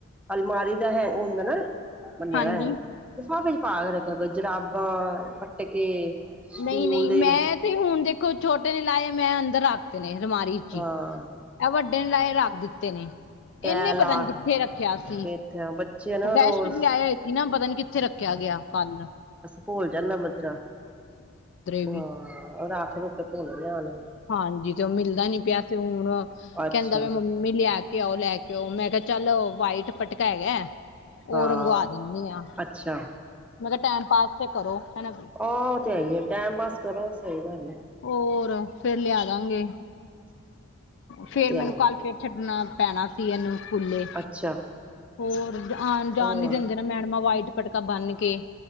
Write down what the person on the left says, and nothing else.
ਹਾਂਜੀ
ਨਹੀਂ ਨਹੀਂ
ਮੈਂ ਤੇ ਹੁਣ ਦੇਖੋ ਛੋਟੇ ਨੇ ਲਾਏ, ਮੈਂ ਅੰਦਰ ਰੱਖਤੇ ਨੇ ਅਲਮਾਰੀ ਚ
ਐ ਵੱਡੇ ਨੇ ਲਾਏ ਰਾਖ ਦਿੱਤੇ ਨੇ
ਏਨੇ
ਪਤਾ ਨੀ ਕਿੱਥੇ ਰੱਖੇਆ ਸੀ,
ਓ ਗੈਸਟ
ਵੀ ਆਏ ਹੋਏ ਸੀ ਨਾ, ਪਤਾ ਨੀ ਕਿੱਥੇ ਰੱਖੇਆ ਕੇਆ ਗੇਆ ਕਾਲਾਂ
ਵੀ
ਹਾਂਜੀ ਜੋ ਮਿਲਦਾ ਨੀ ਪੇਆ ਸੀ ਹੁਣ
ਕੈਂਦਾ ਵੇ ਮੰਮੀ ਲੈ ਕੇ ਆਓ, ਲੈ ਕੇ ਆਓ, ਮੈਂ ਕੇਆ ਚਲ ਵਾਈਟ ਪਟਕਾ ਹੈਗੈ ਓ
ਰੰਗਵਾ ਦੇਂਨੀ ਆ,
ਮੈਂ ਕੇਆ ਟੈਮ ਪਾਸ ਤੇ ਕਰੋ, ਹਨਾ
ਹੋਰ ਫੇਰ ਲੇਆ ਦਾਂਗੇ। ਫੇਰ
ਮੈਨੂੰ
ਕਾਲ
ਫੇਰ ਛੱਡਨਾ ਪੈਣਾ ਸੀ ਏਨੂੰ ਸਕੂਲੇ
ਹੋਰ ਆਨ ਜਾਨ
ਨੀ ਦੇਂਦੇ ਨਾ ਮੈਡਮਾ ਵਾਈਟ ਪਟਕਾ ਬੰਨ ਕੇ।